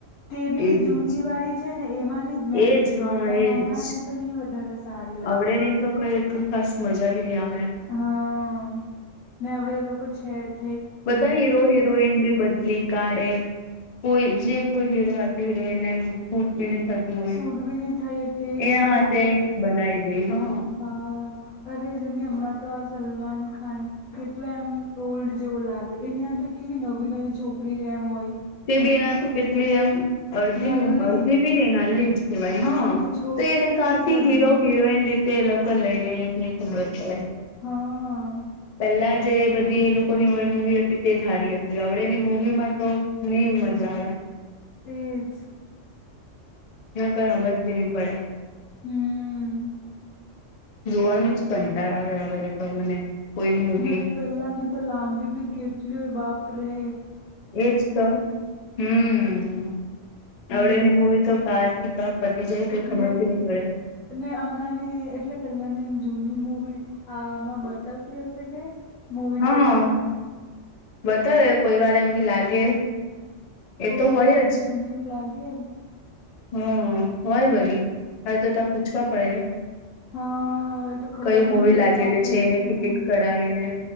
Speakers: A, on the left; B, on the left.
A: તે બી
B: એવી
A: જૂની
B: જ
A: વાળી છે ને, એમાંની જ મેં
B: એજ
A: બી જોવું.
B: હા
A: એમ
B: એજ
A: હમણાં ની તો ની વધારે સારી લાગે
B: આવડે નહીં તો કંઈ એટલું ખાસ મજા બી ની આવે.
A: હા. ને અવડે એ લોકો છે જ.
B: બધાઈ હીરો-હિરોઈન બી બદલી કાડે, કોઈ જે કોઈ હીરો હતી હીરોઈન એનું સૂટ બી ની થતું હોય.
A: સૂટ બી ની થાય તે જ
B: એ હાથે બનાઈ દે હ.
A: અહ અરે જોને હમણાં તો આ સલમાન ખાન કેટલા એમ ઓલ્ડ જેવો લાગે, એની આતે કેવી નવી-નવી છોકરી એમ હોય.
B: તે બી એનાથી કેટલી એમ અડધી
A: નલ્લી
B: ઉંમ, અડધી બી નહીં નનલી જ કહેવાય હ.
A: એની છોકરીની
B: તો એને કાંથી
A: ઉંમરની
B: હીરો-હિરોઈન રીતે એ લોકો લઈ લે, એજ ની ખબર પડે.
A: હા.
B: પહેલા જે બધી એ લોકોની ઓલ્ડ મુવી હતી તે જ હારી હતી. હવણેની મૂવી માં તો ની મજા આવે.
A: ઈજ.
B: ને કંઈ હમજ બી ની પડે.
A: હમ્મ.
B: જોવાનું જ કંટાળ આવે હવડે તો મને. કોઈ મૂવી
A: ને પેલા ની તો લાંબી બી કેટલી હોય બાપ રે.
B: એજ તો, હમ્મ.
A: હમ
B: હવણેની મુવી તો કારથી કા પતી જાય, કંઈ ખબર
A: ને
B: ભી ની પડે.
A: ને હમણાં ની એટલે પહેલાની એમ જૂની મૂવી આમાં બતાવતી હશે કે? મૂવી
B: હા.
A: થિયેટરમાં
B: બતાવે કોઈ વાર એવી લાગે એ
A: ઓહ!
B: તો હોય
A: એટલે જૂની બી લાગે.
B: હમ્મ. હોય વળી. હવે તો તા પૂછવા પડે.
A: હા. હવે તો ખબર
B: કઈ મૂવી
A: ની મલે
B: લાગેલી
A: તો આ કોણ
B: એની
A: છે
B: ટિકિટ
A: આમ,
B: કઢાવીને